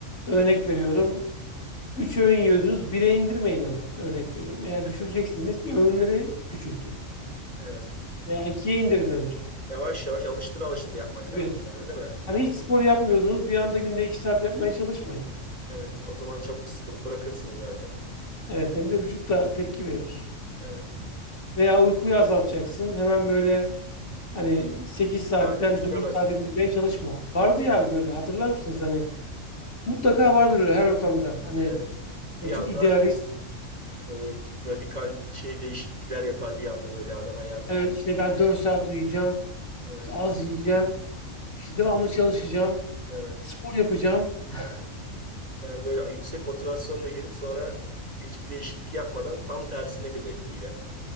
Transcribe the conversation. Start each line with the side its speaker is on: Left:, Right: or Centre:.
Left: örnek veriyorum. 3 öğün yiyordunuz 1'e indirmeyin hemen örnek veriyorum. Eğer
Right: evet.
Left: düşüreceksiniz öğünleri küçültün
Right: Evet.
Left: veya ikiye indirin önce.
Right: Yavaş yavaş alıştır alıştır yapmak
Left: gibi.
Right: lazım herhalde değil mi?
Left: Hani hiç spor yapmıyordunuz, bir anda günde 2 saat yapmaya çalışmayın.
Right: Evet. O zaman çabuk sıkılıp bırakırsın zaten.
Left: Evet, hem de vücut da tepki verir.
Right: Evet.
Left: Veya uykuyu azaltacaksın. Hemen böyle hani 8 saatten
Right: Zaten düşüremezsin.
Left: 4 saat indirmeye çalışma. Vardı ya böyle hatırlar mısınız? Hani mutlaka vardır öyle her ortamda. Hani
Right: Evet.
Left: böyle
Right: Bir
Left: çok
Right: anda
Left: idealist.
Right: böyle radikal şey değişiklikler yapar bir anda böyle adam hayatında.
Left: Evet işte ben 4 saat uyuyacağım.
Right: Evet.
Left: işte az yiyeceğim. işte devamlı çalışacağım.
Right: Evet.
Left: Spor yapacağım. <laughs>
Right: Yani böyle yüksek motivasyonla girip sonra hiçbir değişiklik yapmadan tam tersine bir de etkiyle.